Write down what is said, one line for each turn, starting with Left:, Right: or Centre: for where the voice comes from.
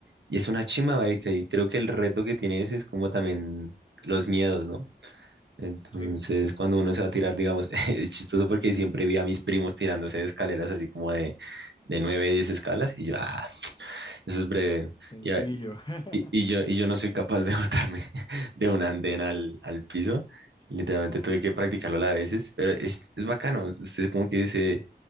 Right: y es una chimba, marica, y creo que el reto que tiene ese es como también los miedos, ¿no? Entonces,
Left: sí,
Right: cuando uno se va a tirar, digamos, <laughs> es chistoso porque siempre vi a mis primos tirándose de escaleras así como de, de 9 10 escalas y yo, ah, <tsk> eso es breve.
Left: sencillo.
Right: Y, a-
Left: <laughs>
Right: y, y yo, y yo no soy capaz de botarme <laughs> de un andén al, al piso. Literalmente tuve que practicarlo a veces, pero es, es bacano. Usted como que se,